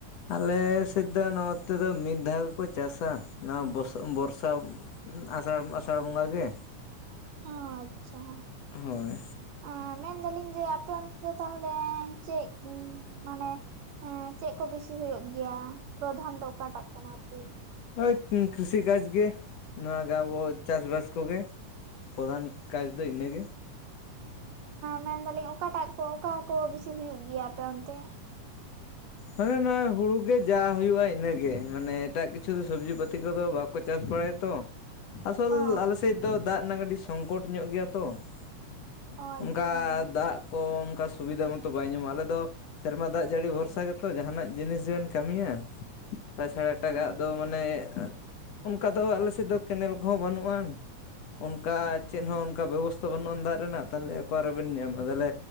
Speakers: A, on the left; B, on the right.
A: ᱟᱞᱮ ᱥᱮᱫ ᱫᱚ ᱱᱚᱛᱮ ᱫᱚ ᱢᱤᱫ ᱫᱷᱟᱣ ᱜᱮᱠᱚ ᱪᱟᱥᱟ ᱱᱚᱣᱟ ᱵᱚᱥᱚ ᱵᱚᱨᱥᱟ ᱟᱥᱟᱲ, ᱟᱥᱟᱲ ᱵᱚᱸᱜᱟ ᱜᱮ
B: ᱚ ᱟᱪᱪᱷᱟ
A: ᱦᱳᱭ
B: ᱮᱸ ᱢᱮᱱᱫᱟᱞᱤᱧ ᱡᱮ ᱟᱯᱮ ᱚᱱᱛᱮ ᱫᱚ ᱛᱟᱦᱚᱞᱮ ᱪᱮᱫ ᱢᱟᱱᱮ ᱦᱩᱸ ᱪᱮᱫ ᱠᱚ ᱵᱤᱥᱤ ᱦᱩᱭᱩᱜ ᱜᱮᱭᱟ ᱯᱨᱚᱫᱷᱟᱱ ᱫᱚ ᱚᱠᱟᱴᱟᱜ ᱠᱟᱱᱟ, ᱟᱨᱠᱤᱼᱼ
A: ᱦᱳᱭ ᱠᱨᱤᱥᱤ ᱠᱟᱡᱽ ᱜᱮ ᱱᱚᱣᱟ ᱜᱮ ᱟᱵᱚ ᱪᱟᱥᱵᱟᱥ ᱠᱚᱜᱮ ᱾ ᱯᱨᱚᱫᱷᱟᱱ ᱠᱟᱡᱽ ᱫᱚ ᱤᱱᱟᱹ ᱜᱮ ᱾
B: ᱢᱮᱱᱫᱟᱞᱤᱧ ᱚᱠᱟᱴᱟᱜ ᱠᱚ ᱚᱠᱟ ᱠᱚ ᱵᱤᱥᱤ ᱦᱩᱭᱩᱜ ᱜᱮᱭᱟ ᱟᱯᱮ ᱚᱱᱛᱮ?
A: ᱦᱚᱭ ᱱᱚᱜᱼᱚᱭ ᱦᱩᱲᱩ ᱜᱮ ᱡᱟ ᱦᱳᱭᱳ-ᱟ ᱤᱱᱟᱹᱜᱮ, ᱢᱟᱱᱮ ᱮᱴᱟᱜ ᱠᱤᱪᱷᱩ ᱫᱚ ᱥᱚᱵᱽᱡᱤ ᱯᱟᱹᱛᱤ ᱠᱚᱫᱚ ᱵᱟᱼᱼ ᱠᱟᱠᱚ ᱪᱟᱥ ᱵᱟᱲᱟᱭᱟ ᱛᱚ ᱾ ᱟᱥᱚᱞ
B: ᱚ
A: ᱟᱞᱮ ᱥᱮᱫ ᱫᱚ ᱫᱟᱜ ᱨᱮᱱᱟᱜ ᱠᱟᱹᱴᱤᱡ ᱥᱚᱝᱠᱚᱴ ᱧᱚᱜ ᱜᱮᱭᱟ ᱛᱚ ᱾
B: ᱚ ᱟᱪᱪᱷᱟ
A: ᱚᱱᱠᱟ ᱫᱟᱜ ᱠᱚ ᱚᱱᱠᱟ ᱥᱩᱵᱤᱫᱟ ᱢᱚᱛᱚ ᱵᱟᱭ ᱧᱟᱢᱟ, ᱟᱞᱮ ᱫᱚ ᱥᱮᱨᱢᱟ ᱫᱟᱜ ᱡᱟᱹᱲᱤ ᱵᱷᱚᱨᱥᱟ ᱜᱮᱼᱼ ᱛᱚ ᱡᱟᱦᱟᱱᱟᱜ ᱡᱤᱱᱤᱥ ᱵᱮᱱ ᱠᱟᱹᱢᱤᱭᱟ ᱛᱟᱪᱷᱟᱲᱟ ᱮᱴᱟᱜᱟᱜ
B: ᱚ
A: ᱫᱚ ᱢᱟᱱᱮᱼᱼ ᱚᱱᱠᱟ ᱫᱚ ᱟᱞᱮᱥᱮᱫ ᱫᱚ ᱠᱮᱱᱮᱞ ᱠᱚᱦᱚᱸ ᱵᱟᱹᱱᱩᱜᱼᱟ ᱾ ᱚᱱᱠᱟ ᱪᱮᱫ ᱦᱚᱸ ᱚᱱᱠᱟ ᱵᱮᱵᱚᱥᱛᱷᱟ ᱵᱟᱹᱱᱩᱜᱼᱟ ᱫᱟᱜ ᱨᱮᱱᱟᱜ ᱛᱟᱦᱚᱞᱮ ᱚᱠᱟ ᱨᱮᱵᱮᱱ ᱧᱟᱢᱟ, ᱛᱟᱦᱚᱞᱮᱼᱼ